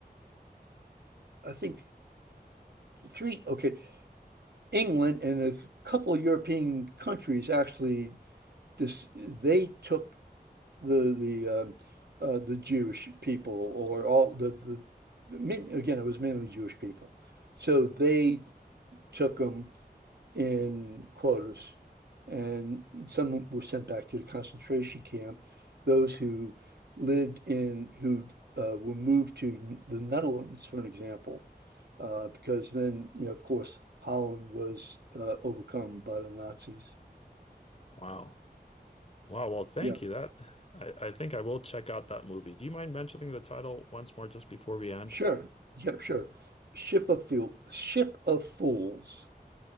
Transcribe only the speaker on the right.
I think three, okay, England and a couple of European countries actually, this, they took the the um, uh, the Jewish people or all the the main- again it was mainly Jewish people, so they took them in quotas, and some were sent back to the concentration camp. Those who lived in who uh, were moved to the Netherlands, for an example, uh, because then you know of course Holland was uh, overcome by the Nazis.
Yeah.
Sure. yeah, sure. Ship of Fool. Ship of Fools.